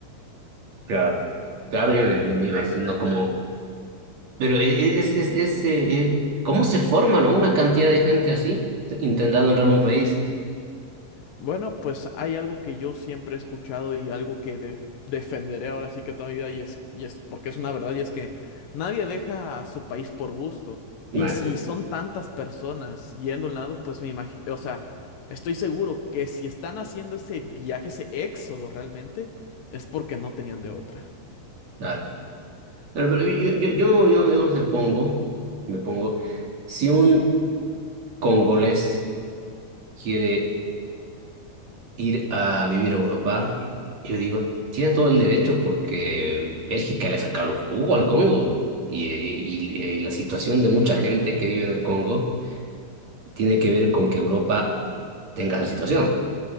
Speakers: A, on the right; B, on the left.
A: claro. Claro, yo me, me imagino como... Pero e- e- es, es, es, eh, eh, ¿cómo se forma, no? Una cantidad de gente así, intentando entrar a un país.
B: Bueno, pues hay algo que yo siempre he escuchado y algo que de- defenderé ahora sí que toda mi vida y es, y es porque es una verdad y es que nadie deja a su país por gusto.
A: Bueno,
B: Y si
A: sí,
B: son tantas personas yendo a un lado, pues me imagino, o sea, estoy seguro que si están haciendo ese viaje, ese éxodo realmente, es porque no tenían de otra.
A: claro. Pero, pero yo, yo, yo, yo, yo no sé, pongo, me pongo, si un congolés quiere ir a vivir a Europa, yo digo, tiene todo el derecho porque Bélgica le ha sacado el jugo al Congo. Y, eh, y, eh, la situación de mucha gente que vive en el Congo tiene que ver con que Europa tenga esa situación.